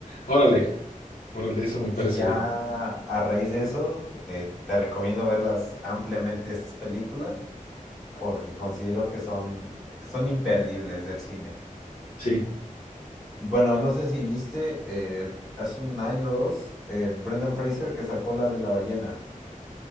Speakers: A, on the left (about 85°); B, in the centre.
A: Órale, órale, eso me parece
B: Y ya
A: bien.
B: a raíz de eso, eh, te recomiendo verlas ampliamente estas películas porque considero que son, son imperdibles del cine.
A: Sí.
B: Bueno, no sé si viste, eh, hace un año o dos, eh, Brendan Fraser que sacó la de la ballena.